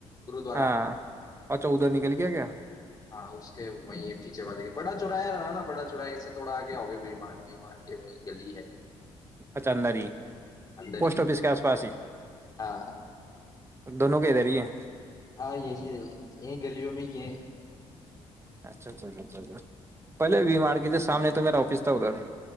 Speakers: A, on the left; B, on the right.
A: گرودوارا
B: ہاں اچھا ادھر نکل گیا کیا
A: ہاں اس کے وہیں ہے پیچھے والے کے بڑا چورایا ہے رہا نا بڑا چورایا اس سے تھوڑا آگے ہوؤگے بی مارٹ و مارٹ کے وہی گلی ہے
B: اچاندر ہی
A: اندر
B: پوسٹ
A: ہی
B: آفس کے آس پاس ہی
A: ہاں
B: دونوں کے ادھر ہی ہیں
A: ہاں یہی ہے یہیں گلیوں میں ہی ہے
B: اچھا اچھا دہ پہلے وی مارکیٹ سے سامنے تو میرا آفس تھا ادھر